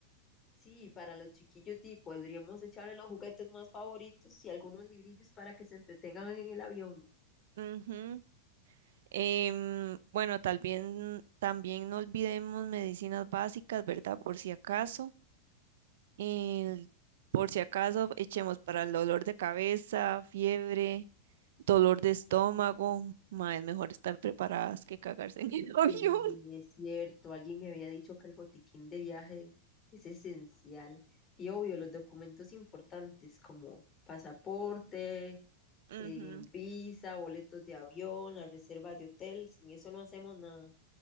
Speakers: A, on the left (about 25°); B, on the right (about 75°).
A: sí, para los chiquillos di, podríamos echarle los juguetes más favoritos y algunos librillos para que se entretengan en el avión.
B: Ujú. Em, bueno, tal bien- también no olvidemos medicinas básicas, ¿verdad? Por si acaso. El- por si acaso echemos para el dolor de cabeza, fiebre, dolor de estómago. ma, es mejor estar preparadas que cagarse en el <laughs> avión.
A: Sí, es cierto. Alguien me había dicho que el botiquín de viaje es esencial. Y obvio, los documentos importantes como pasaporte,
B: Ujú.
A: eh, visa, boletos de avión, la reserva de hotel. Sin eso no hacemos nada.